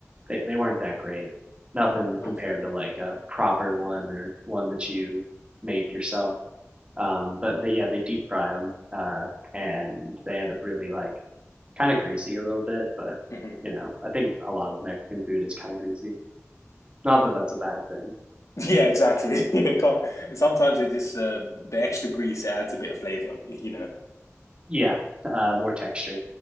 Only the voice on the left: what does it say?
Oh,
fair enough.
hmm
Yeah, exactly. <laughs> It can't, sometimes it just um, the extra grease it adds a bit of flavor. <laughs> You know,